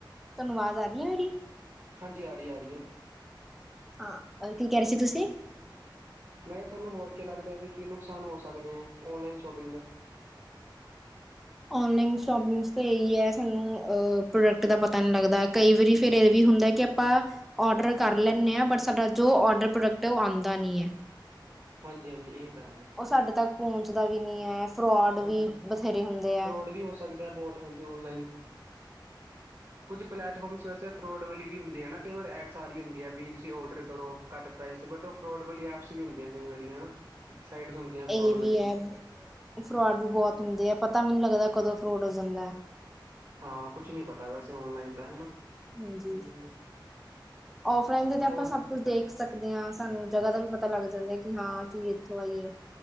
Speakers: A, in the centre; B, on the right.
A: ਤੁਹਾਨੂੰ ਆਵਾਜ਼ ਆ ਰਹੀ ਹੈ ਮੇਰੀ
B: ਹਾਂਜੀ ਆ ਰਹੀ ਆ ਰਹੀ ਹੈ।
A: ਹਾਂ ਕੀ ਕਹਿ ਰਹੇ ਸੀ ਤੁਸੀਂ
B: ਮੈਂ ਕਿਹਾ ਤੁਹਾਨੂੰ ਹੋਰ ਕੀ ਲੱਗਦਾ ਵੀ ਕੀ ਨੁਕਸਾਨ ਹੋ ਸਕਦੇ ਆ ਓਨਲਾਈਨ ਸ਼ੋਪਿੰਗ ਦੇ
A: ਔਨਲਾਈਨ ਸ਼ੋਪਿੰਗਸ ਤਾਂ ਇਹੀ ਹੈ ਸਾਨੂੰ ਅਹ ਪ੍ਰੋਡਕਟ ਦਾ ਪਤਾ ਨਈ ਲੱਗਦਾ ਕਈ ਵਾਰੀ ਫਿਰ ਇਹ ਵੀ ਹੁੰਦਾ ਕਿ ਆਪਾਂ ਔਡਰ ਕਰ ਲੈਂਦੇ ਹਾਂ ਬਟ ਸਾਡਾ ਜੋ ਔਡਰ ਪ੍ਰੋਡਕਟ ਹੈ ਉਹ ਆਉਂਦਾ ਨੀ ਹੈ
B: ਹਾਂਜੀ- ਹਾਂਜੀ ਇਹ ਤਾਂ ਹੈ।
A: ਉਹ ਸਾਡੇ ਤੱਕ ਪਹੁੰਚਦਾ ਵੀ ਨੀ ਹੈ। ਫਰੋਡ
B: ਹਾਂ
A: ਵੀ ਬਥੇਰੇ ਹੁੰਦੇ ਹੈ
B: ਫਰੋਡ ਵੀ ਹੋ ਸਕਦਾ ਬਹੁਤ ਜੋ ਔਨਲਾਈਨ ਕੁੱਝਛ ਪਲੇੈਟਫਾਰਮਸ ਵੈਸੇ ਫਰੋਡ ਵਾਲੀ ਵੀ ਹੁੰਦੀ ਆ ਨਾ ਕਈ ਵਾਰ ਐਡ ਸਾਰੀ ਹੁੰਦੀ ਹੈ ਵੀ ਤੁਸੀਂ ਔਡਰ ਕਰੋ ਘੱਟ ਪ੍ਰਾਈਸ ' ਬਟ ਉਹ ਫਰੋਡ ਵਾਲੀ ਐਪਸ ਵੀ ਹੁੰਦੀਆਂ ਕਈ ਵਾਰੀ ਹੈ ਨਾ ਸਾਈਟਸ ਹੁੰਦੀਆਂ ਫਰੋਡ
A: ਇਹ
B: ਵਾਲੀ
A: ਵੀ ਹੈ ਫਰੋਡ ਵੀ ਬਹੁਤ ਹੁੰਦੇ ਹੈ ਪਤਾ ਮੈਨੂੰ ਲੱਗਦਾ ਕਦੋਂ ਫਰੋਡ ਹੋ ਜਾਂਦਾ ਹੈ
B: ਹਾਂ ਕੁਛ ਨਈ ਪਤਾ ਵੈਸੇ ਔਨਲਾਈਨ ਦਾ ਹੈ ਨਾ
A: ਹਾਂਜੀ
B: ਤੇ
A: ਔਫਲਾਈਨ ਦੇ ਤੇ
B: ਹੋਰ
A: ਆਪਾਂ ਸਭ ਕੁਝ ਦੇਖ ਸਕ ਦੇਖਦੇ ਹਾਂ ਸਾਨੂੰ ਜਗ੍ਹਾ ਦਾ ਵੀ ਪਤਾ ਲੱਗ ਜਾਂਦਾ ਕਿ ਹਾਂ ਚੀਜ਼ ਇੱਥੋਂ ਆਈ ਹੈ